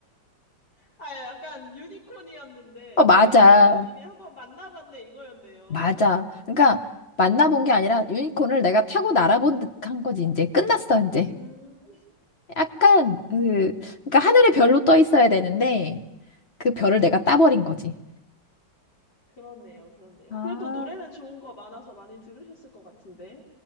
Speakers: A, on the left; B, on the left.
A: 아, 약간 유니콘이었는데,
B: 어, 맞아.
A: 내가 유니콘을 이미 한번 만나봤네, 이거였네요.
B: 맞아. 그러니까 만나본 게 아니라 유니콘을 내가 타고 날아본 듯한 거지. 이제 끝났어, 이제.
A: 음.
B: 약간 그 그러니까 하늘에 별로 떠 있어야 되는데 그 별을 내가 따버린 거지.
A: 그렇네요, 그렇네요.
B: 아.
A: 그래도 노래는 좋은 거 많아서 많이 들으셨을 것 같은데.